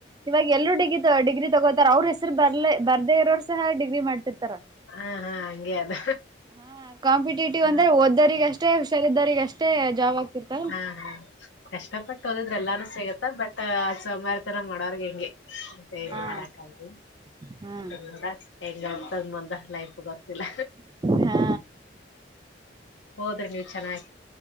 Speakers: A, on the right; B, on the left.
A: ಇವಾಗ ಎಲ್ರು ಡಿಗ್ರ ಡಿಗ್ರಿ ತಗೋತಾರ ಅವ್ರ ಹೆಸರು ಬರ್ಲೇ ಬರ್ದೇ ಇರೋರು ಸಹ ಡಿಗ್ರಿ ಮಾಡ್ತಿರ್ತಾರ.
B: ಹಾ ಹಾ ಹಂಗೆ ಅದ
A: ಹ ಕಾಂಪಿಟೇಟಿವ್
B: ಹಾ
A: ಅಂದ್ರೆ ಓದ್ದೋರಿಗ ಅಷ್ಟ. ಅಷ್ಟೇ ಹುಸಾರಿದ್ದಾರ ಈಗ ಅಷ್ಟೇ ಜಾಬ್ ಆಗತಾ
B: ಹಾ ಹಾ ಕಷ್ಟಪಟ್ಟು ಓದಿದ್ರೆಲ್ಲಾನು ಸಿಗುತ್ತ ಬಟ್ ಆ ಸೊಮಾರಿತನ ಮಾಡೋರ್ಗ್ ಹಿಂಗೆ. ಮತ್ತೆ ಹೆಂಗ
A: ಹಾ
B: ಮಾಡೋಕ್ಗಲ್ಲ
A: ಹಾ
B: ನೋಡ ಹೆಂಗ ಆತದ ಮುಂದ. ಲೈಫ ಗೊತ್ತಿಲ್ಲ
A: ಹಾ
B: ಓದ್ರಿ ನೀವ ಚೆನ್ನಾಗಿ.